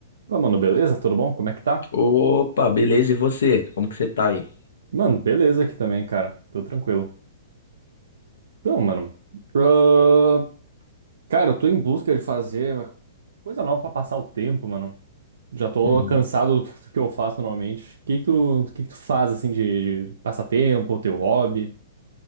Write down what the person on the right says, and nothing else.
Fala, mano, beleza? Tudo bom? Como é que tá?
Mano, beleza aqui também, cara. Tô tranquilo. Então, mano, ah, cara, eu tô em busca de fazer uma coisa nova pra passar o tempo, mano. Já tô
cansado do que do que eu faço normalmente. O que que tu, o que que tu faz, assim, de, de passatempo, teu hobby?